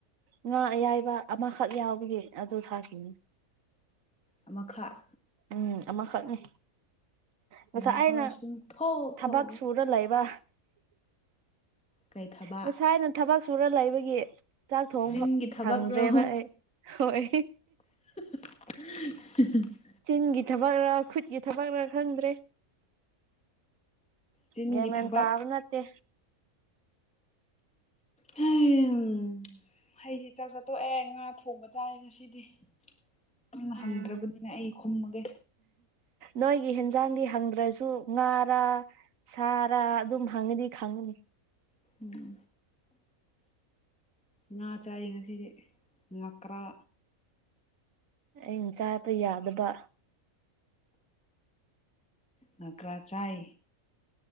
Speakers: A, on the right; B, in the centre.
A: ꯉꯥ ꯑꯌꯥꯏꯕ ꯑꯃꯈꯛ ꯌꯥꯎꯕꯒꯤ ꯑꯗꯨ ꯊꯥꯛꯈꯤꯅꯤ꯫
B: ꯑꯃꯈꯛ?
A: ꯎꯝ ꯑꯃꯈꯛꯅꯤ ꯉꯁꯥꯏꯅ
B: ꯃꯍꯥꯎ ꯁꯨꯡꯊꯣꯛ
A: ꯊꯕꯛ
B: ꯊꯣꯛꯑꯔꯣꯏ
A: ꯁꯨꯔ ꯂꯩꯕ꯫
B: ꯀꯩ ꯊꯕꯛ
A: ꯉꯁꯥꯏꯅ ꯊꯕꯛ ꯁꯨꯔ ꯂꯩꯕꯒꯤ ꯆꯥꯛ ꯊꯣꯡꯕꯥꯎ
B: ꯆꯤꯟꯒꯤ ꯊꯕꯛꯔꯣ
A: ꯁꯪꯗ꯭ꯔꯦꯕ ꯑꯩ ꯍꯣꯏ꯫
B: <unintelligible>
A: ꯆꯤꯡꯒꯤ ꯊꯕꯛꯔ ꯈꯨꯠꯀꯤ ꯊꯕꯛꯔ ꯈꯪꯗ꯭ꯔꯦ꯫
B: ꯆꯤꯟꯒꯤ
A: ꯒ꯭ꯌꯥꯟ ꯃꯦꯟ
B: ꯊꯕꯛ
A: ꯇꯥꯕ ꯅꯠꯇꯦ꯫
B: ꯍꯝ꯫ ꯍꯩꯁꯤ ꯆꯥꯛ ꯆꯠꯇꯣꯛꯑꯦ ꯉꯥ ꯊꯣꯡꯕ ꯆꯥꯔꯦ ꯉꯁꯤꯗꯤ꯫ ꯅꯪꯅ
A: ꯎꯝ
B: ꯍꯪꯗ꯭ꯔꯕꯅꯤꯅ ꯑꯩ ꯈꯨꯝꯃꯒꯦ꯫
A: ꯅꯣꯏꯒꯤ ꯍꯦꯟꯖꯥꯡꯗꯤ ꯍꯪꯗ꯭ꯔꯁꯨ ꯉꯥꯔꯥ? ꯁꯥꯔꯥ ꯑꯗꯨꯝ ꯍꯪꯉꯗꯤ ꯈꯪꯉꯅꯤ꯫
B: ꯎꯝ ꯉꯥ ꯆꯥꯏ ꯉꯁꯤꯗꯤ ꯉꯀ꯭ꯔꯥ꯫
A: ꯑꯩꯅ ꯆꯥꯕ ꯌꯥꯗꯕ꯫
B: ꯉꯀ꯭ꯔꯥ ꯆꯥꯏ꯫